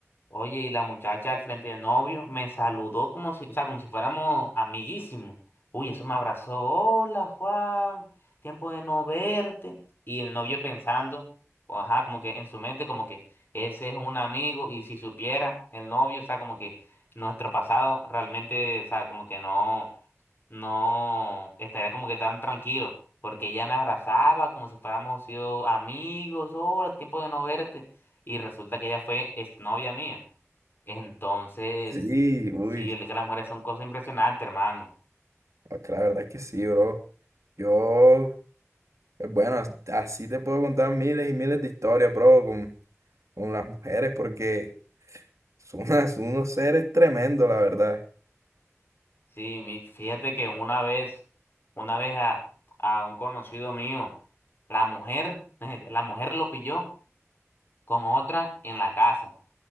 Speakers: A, on the left; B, on the right.
A: Oye, y la muchacha al frente del novio me saludó como si, o sea, como si fuéramos amiguísimos. Uy, eso me abrazó. Hola, Juan, tiempo de no verte. Y el novio pensando, o ajá, como que en su mente, como que ese es un amigo. Y si supiera el novio, o sea, como que nuestro pasado realmente, o sea, como que no no estaría como que tan tranquilo, porque ella me abrazaba como si fuéramos sido amigos, oh, tiempo de no verte, y resulta que ella fue exnovia mía. Entonces,
B: Sí, uy,
A: sí, el que las mujeres son cosas impresionantes, hermano.
B: es que la verdad es que sí, bro. Yo, pues, bueno, as- así te puedo contar miles y miles de historias, bro, con, con las mujeres, porque son unas- unos seres tremendos, la verdad.
A: Sí, mi- fíjate que una vez, una vez a, a un conocido mío, la mujer, <laughs> la mujer lo pilló con otra en la casa,